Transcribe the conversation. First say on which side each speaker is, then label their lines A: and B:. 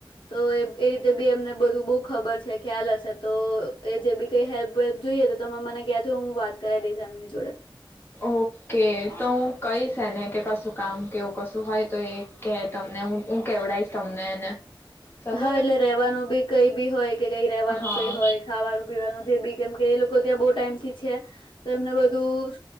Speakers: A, on the left; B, on the left.
A: <inaudible> તો એ એ રીતે બી એમને બધું બહુ ખબર છે ખ્યાલ હશે તો એ જે બી કઈ હેલ્પ વેલ્પ જોઈએ તો તમે મને ક્યાં જો હું વાત કરાવ દઈશ <inaudible>
B: ઓકે તો હું કઈ... ને કે કશું કામ કેવું કશું હોય તો એ કે તમને હું હું કેવડઈશ તમને એને ચાલો
A: હા
B: ને
A: એટલે રેવાનું બી કઈ બ હોય ક રવાનું
B: હા
A: ક હોય ખવાનું પીવાનું જે બી કેમ એ ત્યા બ ટાઈમથી છે તો એમને બધું